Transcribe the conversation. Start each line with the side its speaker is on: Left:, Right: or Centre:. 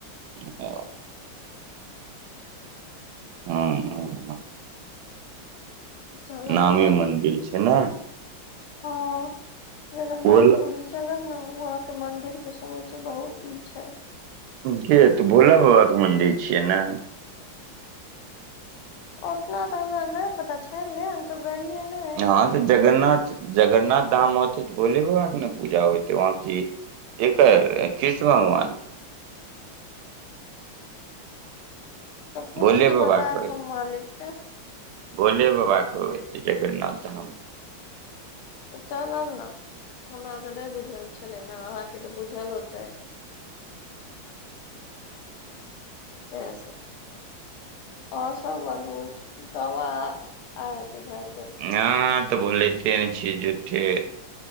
Right: <unintelligible> हं अ
Left: चलब
Right: नामी
Left: एक
Right: मंदिर छै न।
Left: हॉं जगन्नाथ
Right: बोल
Left: पुरी चलब न वहां के मंदिर के सुनेे छी बहुत ई छै।
Right: कि हेतय भोला बाबाके मन्दिर छियै न।
Left: ओतना तऽ हमरा नहि पता छैे ले हम तो गेलियै ने।
Right: हं तऽ जगरनाथ -जगरनाथ धाम औते तऽ भोले बा के ने पूजा होयते वहाँं की। एक कृष्ण भगवान के
Left: तऽ पूछ
Right: भोले
Left: के
Right: बाबा
Left: बतायब
Right: होय
Left: हम मालिक से।
Right: भोले बाबा कह जगन्नाथ धाम।
Left: तऽ चलब ने हमरा तऽ नहि बुझल छले ने, अहाँके तऽ बुझल होते। से सब और सब बतबु कवा आती छय।
Right: अहां तऽ बोलेते ने छिय झूठे।